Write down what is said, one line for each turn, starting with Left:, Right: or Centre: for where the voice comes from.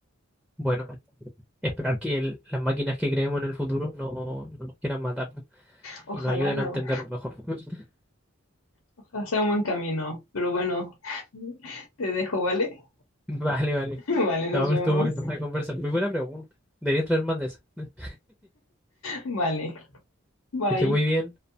Centre: Bueno, esperar que el- las máquinas que creemos en el futuro no, no nos quieran matar
Left: Ojalá
Centre: y nos ayuden
Left: no,
Centre: a entendernos mejor. <laughs>
Left: ojalá sea un buen camino, pero bueno, <laughs> te dejo, ¿vale?
Centre: Vale, vale.
Left: <laughs> Vale, nos
Centre: No, pero
Left: vemos.
Centre: estuvo buena la conversa. Muy buena pregunta. Deberías traer más de esas. <laughs>
Left: Vale, bye.
Centre: Que esté muy bien.